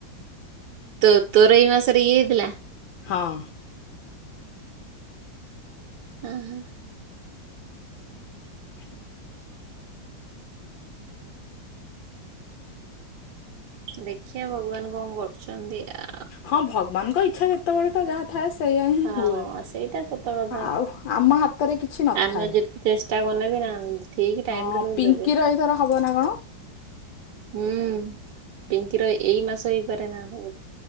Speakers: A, on the right; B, on the left.
A: ତୋ ତୋର ଏଇ ମାସରେ ଇଏ ହେଇଥିଲା?
B: ହଁ।
A: ଓହୋ।
B: ହ
A: ଦେଖିଆ ଭଗବାନ କଣ କରୁଚନ୍ତି ଆ
B: ହଁ ଭଗବାନଙ୍କ ଇଚ୍ଛା ଯେତେବେଳେ ତ ଯାହା ଥାଏ‌ ସେଇୟା ହିଁ
A: ହଁ
B: ହୁଏ
A: ସେଇଟା ସତ କଥା
B: ଆଉ ଆମ ହାତରେ କିଛି ନଥାଏ।
A: ଆମେ ଯେତେ ଚେଷ୍ଟା କଲେ ବି ନା ଠିକ ଟାଇମରେ
B: ହଁ
A: ତତେ
B: ପିଙ୍କିର
A: ଦେବେ
B: ଏଇଥର ହବ ନା କଣ?
A: ହୁଁ ପିଙ୍କିର ଏଇ ମାସ ହେଇପାରେ ନା <unintelligible>